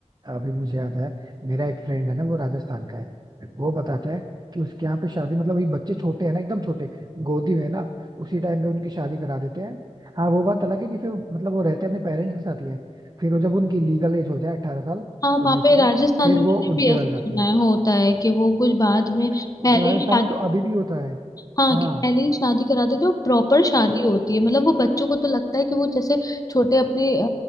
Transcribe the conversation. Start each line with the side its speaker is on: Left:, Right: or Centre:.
Right: अभी मुझे याद है मेरा एक फ्रेंड है ना वो राजस्थान का है वो बताता है कि उसके यहाँ पे शादी मतलब अभी बच्चे छोटे हैं ना एकदम छोटे गोदी में है ना उसी टाइम पे उनकी शादी करा देते हैं हाँ वो बात अलग है कि फिर मतलब वो रहते अपने पेरेंट्स के साथ ही है फिर वो जब उनकी लीगल एज हो जाए अट्ठारह साल
Left: हाँ
Right: उन्नीस
Left: वहाँ पे
Right: साल
Left: राजस्थान
Right: फिर
Left: में
Right: वो
Left: मैंने
Right: उनके
Left: भी
Right: घर
Left: ऐसा
Right: जाते
Left: सुना
Right: हैं
Left: है होता है कि वो कुछ बाद में पहले
Right: तो राजस्थान
Left: ही शादी
Right: में तो अभी भी होता है
Left: हाँ
Right: हाँ
Left: कि पहले ही शादी करा देते हैं और प्रॉपर शादी होती है मतलब वो बच्चों को तो लगता है कि वो जैसे छोटे अपने अ,